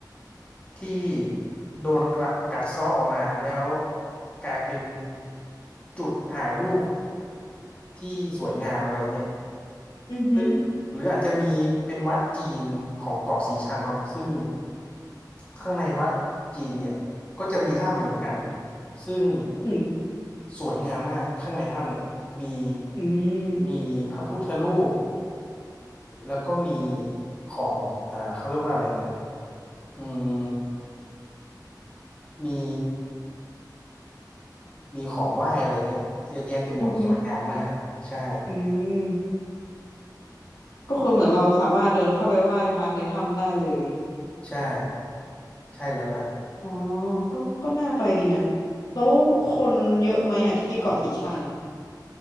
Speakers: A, on the left; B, on the left.
A: ำที่โดนกระกัดเซาะออกมาแล้วกลายเป็นจุดถ่ายรูปที่สวยงามอะไรเงี้ย
B: อือฮึ
A: ซึ่งหรืออาจจะมีเป็นวัดจีนของเกาะสีชังเนาะซึ่งข้างในวัดจีนเนี่ยก็จะมีถ้ำอยู่เหมือนกันซึ่ง
B: อืม
A: สวยงามมากข้างในถ้ำเนี่ยมี
B: อืม
A: มีพระพุทธรูป แล้วก็มีของอ่าเขาเรียกว่าอะไรนะอืมมีมีของไหว้อะไรเงี้ยเยอะแยะเต็มหมดสวยงามมาก
B: อือฮึ
A: ใช่
B: อืมก็คือเหมือนเราสามารถเดินเข้าไปไหว้พระในถ้ำได้เลย
A: ใช่ ใช่แล้วล่ะ
B: อ๋อก็ก็น่าไปดีนะ แล้วคนเยอะไหมอ่ะที่เกาะสีชัง